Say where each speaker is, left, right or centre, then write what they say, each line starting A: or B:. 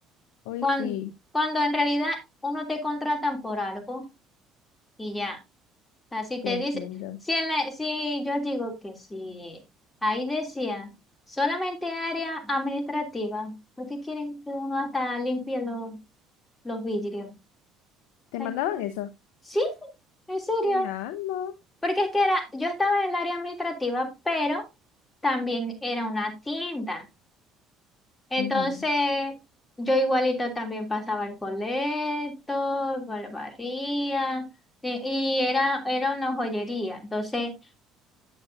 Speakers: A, on the left; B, on the left.
A: Hoy
B: cuando,
A: sí,
B: cuando en realidad uno te contratan por algo y ya. sea, si te
A: te entiendo.
B: dice, si, en la- si yo digo que si ahí decía solamente área administrativa, ¿por qué quieren que uno hasta limpie los, los vidrios? O
A: ¿Te
B: sea,
A: mandaban
B: es como,
A: eso?
B: sí, en serio.
A: Mi alma.
B: Porque es que era, yo estaba en el área administrativa, pero también era una tienda. Entonces,
A: Ujú.
B: yo igualito también pasaba el colecto, barría, y, y era, era una joyería. Entonces,